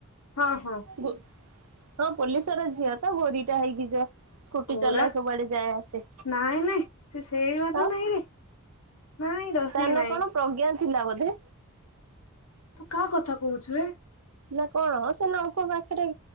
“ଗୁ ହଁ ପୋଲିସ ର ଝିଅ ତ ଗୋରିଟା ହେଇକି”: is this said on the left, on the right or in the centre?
Right